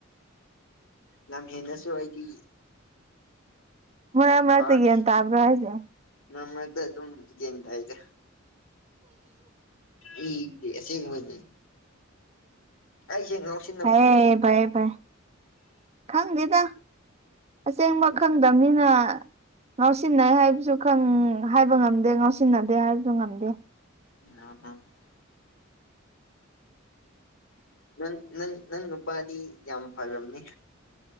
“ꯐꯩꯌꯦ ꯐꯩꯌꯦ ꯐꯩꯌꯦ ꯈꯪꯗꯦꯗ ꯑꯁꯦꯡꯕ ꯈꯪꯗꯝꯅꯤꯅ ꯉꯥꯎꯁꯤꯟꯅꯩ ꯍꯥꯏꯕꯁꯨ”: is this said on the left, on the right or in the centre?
Right